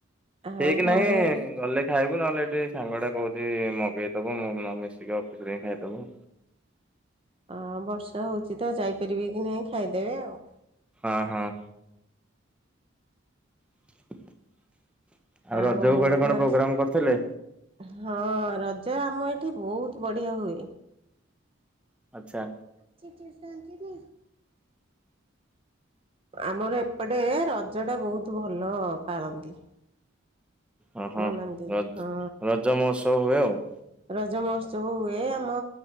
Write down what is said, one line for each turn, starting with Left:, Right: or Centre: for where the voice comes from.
Right: ଆଉ
Centre: ଠିକ୍ ନାହିଁ
Right: ଘରେ
Centre: ଗଲେ ଖାଇବୁ ନହେଲେ ଏଠି ସାଙ୍ଗ ଟା କହୁଛି ମଗେଇଦବ ମୋମୋ ମିଶିକି ଅଫିସ ରେ ହିଁ ଖାଇଦବୁ।
Right: ହଁ ବର୍ଷା ହଉଛି ତ ଯାଇପାରିବେ କି ନାହିଁ ଖାଇଦେବେ ଆଉ।
Centre: ହଁ ହଁ। <inaudible>
Right: ଆଉ
Centre: ରଜକୁ କୁଆଡେ କଣ
Right: ଘରେ
Centre: ପ୍ରୋଗ୍ରାମ
Right: ସ
Centre: କରିଥିଲେ?
Right: ହଁ ରଜ ଜ ଆମ ଏଇଠି ବହୁତ ବଢ଼ିଆ ହୁଏ।
Centre: ଆଛା।
Right: ଆଜି ଟିୟୁସନ୍‌ ଯିବି? ଆମର ଏପଟେ ରଜ ଟା ବହୁତ ଭଲ ପାଳନ୍ତି।
Centre: ହଁ ହଁ
Right: ମନାନ୍ତି
Centre: ରଜ-ରଜ
Right: ହଁ
Centre: ମହୋତ୍ସବ ହୁଏ ଆଉ।
Right: ରଜ ମହୋତ୍ସବ ହୁଏ ଆମ